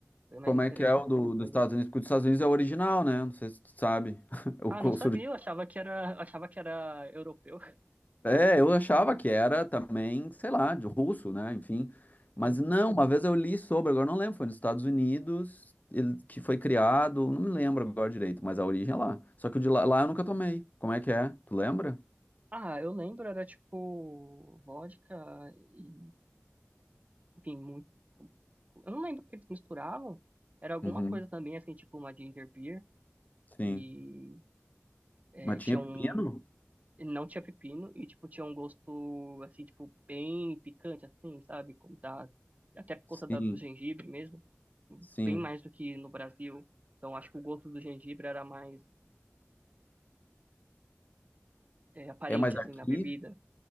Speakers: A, on the right; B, on the left.
A: bem mais
B: Como
A: interessante.
B: é que é o do, dos Estados Unidos? Porque o dos Estados Unidos é o original, né? Não sei se tu sabe. <laughs> O
A: Ah,
B: co-
A: não sabia, eu achava que era, achava que era europeu. <laughs>
B: É, eu achava que era também, sei lá, de russo, né? Enfim. Mas
A: Uhum.
B: não, uma vez eu li sobre, agora não lembro, foi nos Estados Unidos, ele, que foi criado, não me lembro agora direito, mas a origem é lá. Só que o de lá, lá eu nunca tomei. Como é que é? Tu lembra?
A: Ah, eu lembro, era tipo vodka e, enfim, muito, eu não lembro o que eles misturavam. Era alguma
B: Uhum,
A: coisa também, assim, tipo uma ginger beer
B: sim.
A: e é,
B: Mas
A: tinha
B: tinha
A: um,
B: pepino?
A: não tinha pepino e, tipo, tinha um gosto, assim, tipo, bem picante, assim, sabe? Como da, até por conta
B: Sim,
A: da, do gengibre mesmo,
B: sim.
A: bem mais do que no Brasil. Então, acho que o gosto do gengibre era mais é, aparente,
B: É, mas
A: assim,
B: aqui.
A: na bebida.